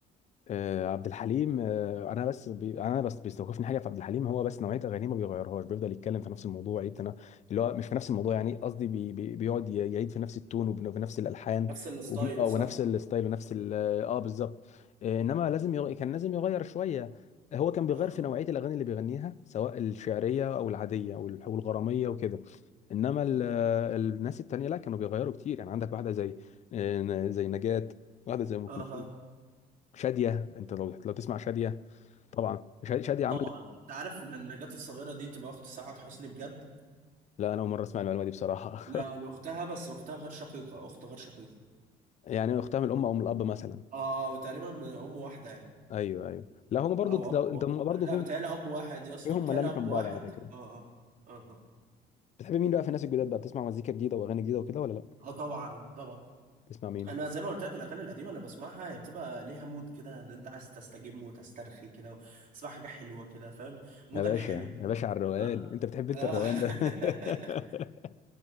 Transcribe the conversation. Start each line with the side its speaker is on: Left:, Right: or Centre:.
Left: آه، عبد الحليم آه، انا بس بي... انا بس بيستوقفني حاجه في عبد الحليم هو بس نوعيه اغانيه ما بيغيرهاش بيفضل يتكلم في نفس الموضوع يعيد تنا... اللي هو مش في نفس الموضوع يعني قصدي بي... بي... بيقعد ي- يعيد في نفس التون وبن- وفي نفس الالحان
Right: نفس الستايل
Left: وبن... آه،
Right: صح؟
Left: ونفس الستايل ونفس ال... اه بالظبط آه، انما لازم يغ... كان لازم يغير شويه هو كان بيغير
Right: اه
Left: في نوعيه الاغاني اللي بيغنيها سواء الشعريه او العاديه او الح- والغراميه وكده انما ال... الناس التانيه لا كانوا بيغيروا كتير يعني عندك واحده زي آه، زي نجاة واحده زي ام
Right: اه
Left: كلثوم
Right: اها
Left: شادية انت لو لو تسمع شادية طبعا شا- شادية عملت
Right: طبعا انت عارف ان النجاة الصغيره دي تبقى اخت سعاد حسني بجد
Left: لا انا اول مره اسمع المعلومه دي بصراحه
Right: لا اختها بس اختها غير شقيقة اخت غير شقيقة
Left: <laughs> يعني اختها من الام او من الاب مثلا
Right: اه تقريبا من ام واحدة يعني
Left: ايوه ايوه لا هم برضو
Right: او اب
Left: لو انت هم برضو
Right: لا
Left: فيهم
Right: بتهيألي اب واحد يا اسطى
Left: فيهم
Right: بتهيألي
Left: ملامح
Right: اب
Left: من
Right: واحد
Left: بعض على فكره
Right: اه اه اه اه
Left: بتحب مين بقى في الناس الجداد بقى بتسمع مزيكا جديده واغاني جديده وكده ولا لا
Right: اه طبعا طبعا
Left: بتسمع مين
Right: انا زي ما قلت لك الاغاني القديمه اللي بسمعها هي بتبقى ليها مود كده ان انت عايز تستجم وتسترخي كده تسمع حاجه حلوه كده فاهم مودك
Left: يا باشا
Right: حلو
Left: يا باشا على الروقان
Right: اه
Left: انت بتحب انت
Right: اه
Left: الروقان ده
Right: <laughs>
Left: <laughs>